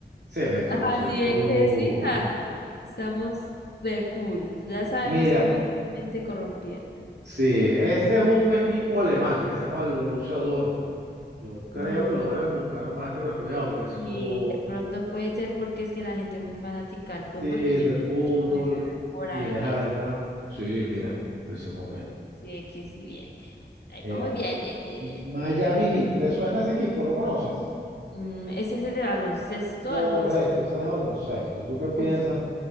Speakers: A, on the right; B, on the left.
A: Se meta
B: Así
A: 200.
B: es que sí, ja, Estamos de full. Ya sabemos
A: Mira,
B: cómo es la mente corrompida.
A: Sí, este es un equipo alemán que se llama el Borussia Dortmund. Yo creo
B: Borrón,
A: que lo deben buscar más que refugiado porque es
B: Y
A: como,
B: de pronto puede ser porque es que la gente es muy fanática al fútbol
A: sí,
B: y yo
A: del
B: he escuchado
A: fútbol
B: mencionar por
A: y
B: ahí
A: es allá.
B: es.
A: Sí, mira, lo hicimos bien.
B: Sí, es que sí, bien, bien. Ahí
A: Mira,
B: vamos bien, bien, bien,
A: M-
B: bien.
A: Miami Heat, ¿te suena ese equipo? ¿Lo conoces?
B: Mm, ese es el de baloncesto,
A: Correcto,
B: algo así.
A: ese es de baloncesto. ¿Tú qué piensas?
B: Uf,